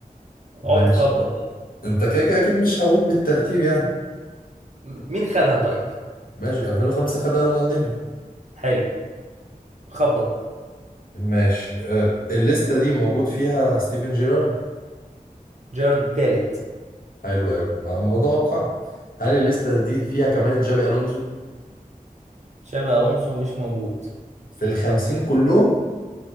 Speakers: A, on the right; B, on the left.
A: اقعد
B: ماشي
A: خبط بقى
B: أنت كده كده أكيد مش هقول بالترتيب يعني
A: م- مين خدها طيب
B: ماشي 2005 خدها رونالدينيو
A: حلو خبط بقى
B: ماشي آه، الليستة دي موجود فيها ستيفن جيرارد
A: جيرارد التالت
B: حلو قوي متوقع هل الليستة دي فيها كمان جابي ألونزو
A: تشابي الونسو مش موجود
B: في الخمسين كلهم